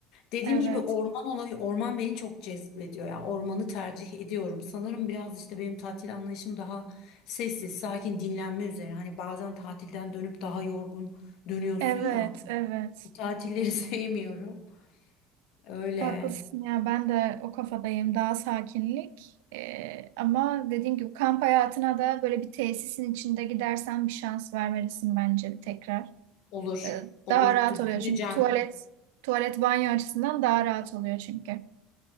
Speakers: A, on the left; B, on the right.
A: Dediğim
B: Evet.
A: gibi orman olayı, orman beni çok cezbediyor. Yani ormanı tercih ediyorum. Sanırım biraz işte benim tatil anlayışım daha sessiz, sakin, dinlenme üzerine. Hani bazen tatilden dönüp daha yorgun dönüyorsun
B: Evet.
A: ya.
B: Evet.
A: Bu tatilleri <laughs> sevmiyorum. Öyle.
B: Haklısın ya ben de o kafadayım daha sakinlik Ee, ama dediğim gibi kamp hayatına da böyle bir tesisin içinde gidersen bir şans vermelisin bence tekrar.
A: Olur.
B: Ee,
A: Olur.
B: daha rahat
A: Düşüneceğim.
B: oluyor çünkü tuvalet tuvalet banyo açısından daha rahat oluyor çünkü.